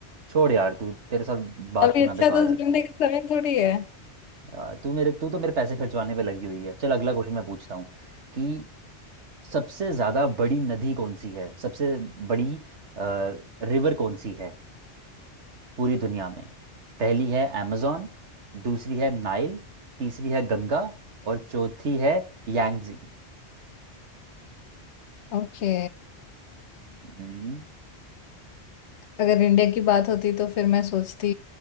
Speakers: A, on the right (about 85°); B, on the left (about 80°).
A: छोड़ यार तू तेरे साथ बात
B: अभी
A: करना
B: अच्छा
A: बेकार
B: दोस्त
A: है
B: बनने का समय थोड़ी है
A: यार तू मेरे तू तो मेरे पैसे खर्चवाने पे लगी हुई है चल अगला क्वेश्चन मैं पूछता हूँ कि सबसे ज्यादा बड़ी नदी कौन सी है सबसे बड़ी रिवर कौन सी है पूरी दुनिया में पहली है amazon दूसरी है नाइल तीसरी है गंगा और चौथी है यांगजी
B: ओके
A: हम्म,
B: अगर इंडिया की बात होती तो फिर मैं सोचती